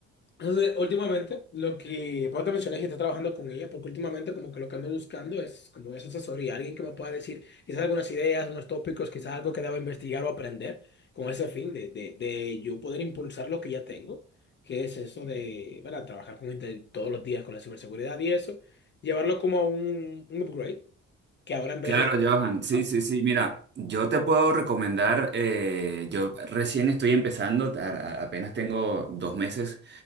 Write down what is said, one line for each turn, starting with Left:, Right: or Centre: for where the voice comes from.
Left: Entonces, últimamente, lo que vos te mencioné que estás trabajando con ella, porque últimamente como que lo que ando buscando es como esa asesoría, alguien que me pueda decir quizás algunas ideas, unos tópicos, quizás algo que deba investigar o aprender con ese fin de, de, de yo poder impulsar lo que ya tengo, que es eso de, ¿verdad? Trabajar con gente todos los días con la ciberseguridad y eso, llevarlo como a un, un upgrade, que ahora en vez
Right: Claro,
Left: de...
Right: Johan, sí,
Left: Ajá.
Right: sí, sí. Mira, yo te puedo recomendar, eh, yo recién estoy empezando, a- a- apenas tengo dos meses